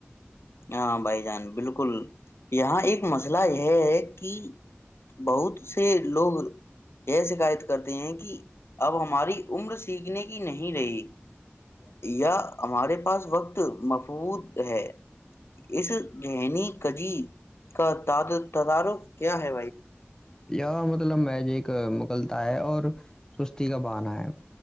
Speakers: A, on the left; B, on the left.
A: ہاں بھائی جان بالکل یہاں ایک مسئلہ یہ ہے کہ بہت سے لوگ یہ شکایت کرتے ہیں کہ اب ہماری عمر سیکھنے کی نہیں رہی یا ہمارے پاس وقت مفہود ہے بھائی جان اس زہنی کجی کا تدارک کیا ہے
B: یا مطلب ایک مغلتا ہے اور سستی کا بہانہ ہے